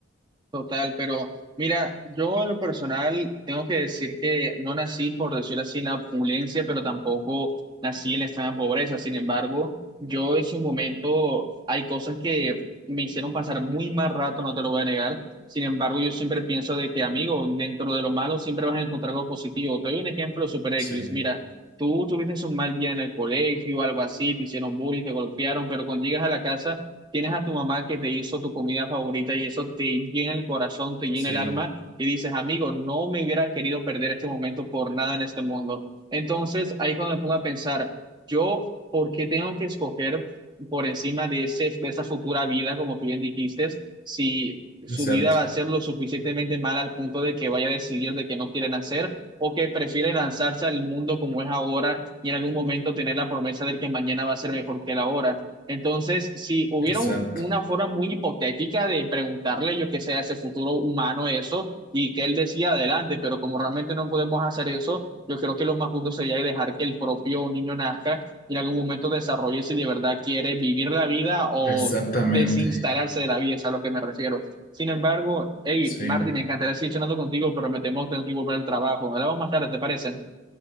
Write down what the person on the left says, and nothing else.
Sí,
sí,
exacto,
exacto,
exactamente,
sí.